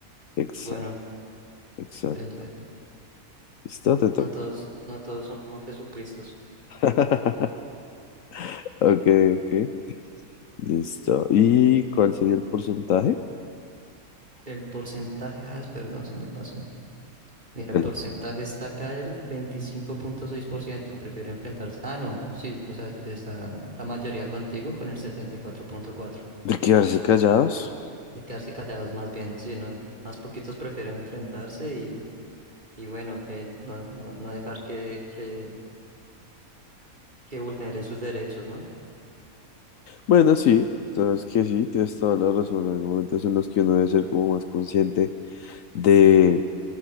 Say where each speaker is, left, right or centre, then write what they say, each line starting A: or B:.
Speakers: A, on the left (about 70°); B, on the right (about 30°).
A: Exacto,
B: bueno.
A: exacto.
B: el- eh,
A: Listo, te toca.
B: no todos, no todos somos Jesucristos.
A: <laughs> Ok, ok. Listo. ¿Y cuál sería el porcentaje?
B: El porcentaje, ah, es- perdón, se me pasó. Mira,
A: Bueno,
B: el porcentaje está acá el 25.6%. Prefiere enfrentarse. Ah, no, sí, o sea, está la mayoría contigo con el 74.4%.
A: De quedarse callados.
B: De quedarse callados más bien, sí, ¿no? El- Más poquitos prefieren enfrentarse y, y bueno, que no, no, no dejar que, que, que vulneren sus derechos, ¿no?
A: Bueno, sí, sabes que sí, tienes toda la razón. Hay momentos en los que uno debe ser como más consciente de